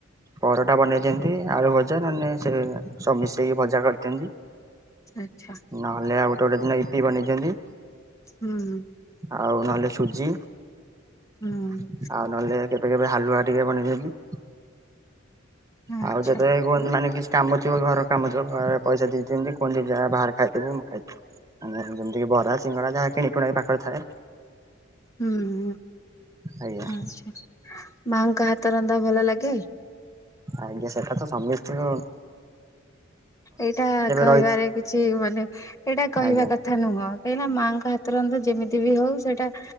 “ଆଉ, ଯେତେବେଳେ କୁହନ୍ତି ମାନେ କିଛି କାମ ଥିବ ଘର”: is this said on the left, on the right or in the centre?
Right